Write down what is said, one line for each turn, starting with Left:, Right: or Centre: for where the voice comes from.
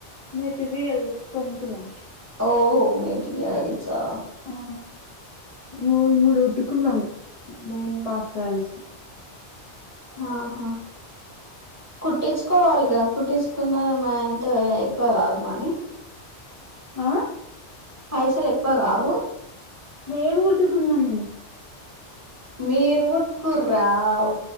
Left: మెటీరియల్ కొనుక్కున్నాం
Right: ఓ మెటీరియల్సా
Left: ఆ మూడు మూడు ఉతుక్కున్నాం నేను మాకుయాల్సి
Right: ఆహా కుట్టిచు కోవాలిగా కుట్సుకున్న మా ఎంత ఎక్కువ కాదు మనీ
Left: ఆ
Right: పైసలు ఎక్కువ కావు
Left: మేము కుట్టుకున్నాం
Right: మీరు కొట్టు కుర్రా ఓ